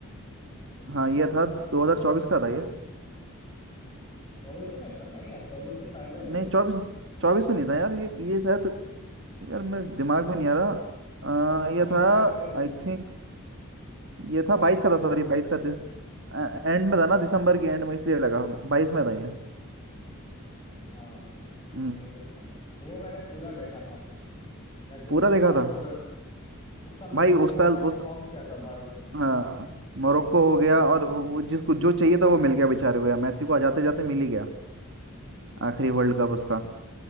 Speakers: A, on the right; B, on the left.
A: हाँ ये था दो हजार चौबीस का था ये
B: चौबीस में था नहीं यार चौबीस से पहले होगा
A: नहीं चौबीस चौबीस में नहीं था यार ये ये शायद यार मेरे दिमाग में नहीं आ रहा अ,
B: वही
A: ये था
B: बाईस तेईस
A: आई थिंक ये था
B: बाईस
A: बाईस का
B: तेईस
A: था सॉरी
B: में
A: बाईस का एंड में था
B: हाँ
A: ना दिसंबर के एंड में इसलिए लगा बाईस में था ये
B: हाँ
A: हम्म,
B: कहीं कुछ था तो वो मैंने पूरा देखा था लाइक उस
A: पूरा देखा
B: साल
A: था
B: तो उस साल
A: भाई
B: मोरक्को
A: उस
B: ने
A: साल
B: क्या परफॉर्म
A: उस
B: किया था भाई
A: हाँ मोरक्को हो गया और वो जिसको जो चाहिए था वो मिल गया बेचारे को यार मैसी को जाते जाते मिल ही गया आखिरी वर्ल्ड कप उसका